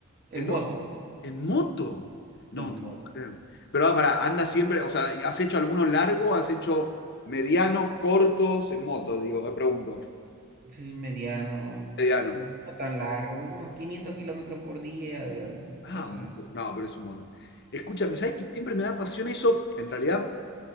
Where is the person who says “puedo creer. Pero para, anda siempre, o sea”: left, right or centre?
Left